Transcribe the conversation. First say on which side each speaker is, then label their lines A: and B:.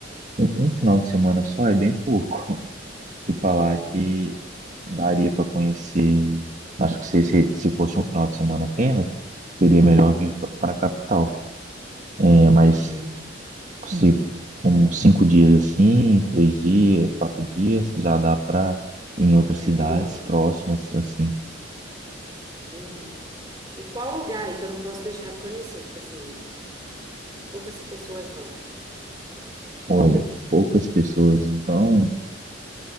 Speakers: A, on the right (about 40°); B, on the right (about 20°).
A: Um, um final de semana só é bem pouco. <laughs> Te falar
B: É, né?
A: que daria para conhecer. Acho que se, se, se fosse um final de semana apenas, seria melhor
B: Uhum,
A: vir para a capital. É, mas
B: uhum.
A: se uns cinco dias assim, três dias, quatro dias, já dá para ir em outras
B: É
A: cidades
B: melhor,
A: próximas
B: né?
A: assim.
B: Entendi. E qual lugar aí que eu não posso deixar de conhecer? Tipo assim, que poucas pessoas vão.
A: Olha, que poucas pessoas vão.